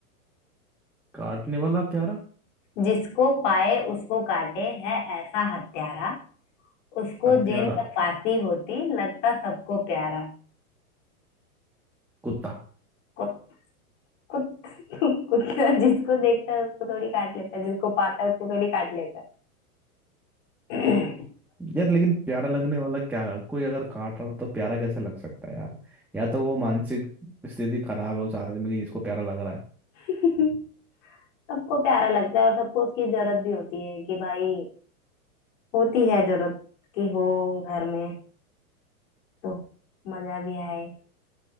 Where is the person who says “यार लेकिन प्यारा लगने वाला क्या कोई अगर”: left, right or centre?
Centre